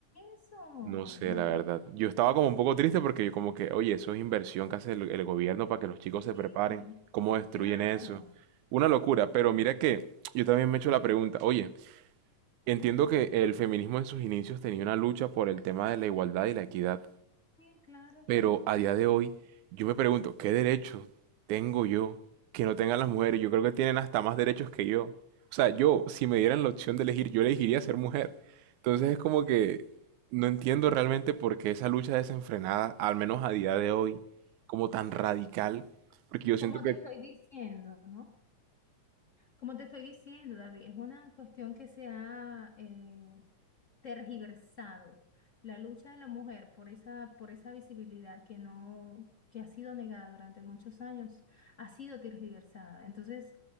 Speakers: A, on the left; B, on the right.
A: eso?
B: no sé,
A: No,
B: la verdad. Yo estaba como un poco triste porque yo como que, oye, eso es inversión que hace el, el gobierno para que los chicos se
A: sí,
B: preparen, cómo destruyen
A: claro,
B: eso. Una locura, pero mira que yo también me he hecho la pregunta, oye, entiendo que el feminismo en sus inicios tenía una lucha por el tema de la igualdad y la equidad,
A: sí, claro.
B: pero a día de hoy, yo me pregunto, ¿qué derechos tengo yo que no tengan las mujeres? Yo creo que tienen hasta más derechos que yo. O sea, yo, si me dieran la opción de elegir, yo elegiría ser mujer. Entonces es como que no entiendo realmente por qué esa lucha desenfrenada, al menos a día de hoy, como tan radical, porque yo siento
A: Como
B: que
A: te estoy diciendo, ¿no? Como te estoy diciendo, David, es una cuestión que se ha eh, tergiversado. La lucha de la mujer por esa, por esa visibilidad que no, que ha sido negada durante muchos años, ha sido tergiversada. Entonces,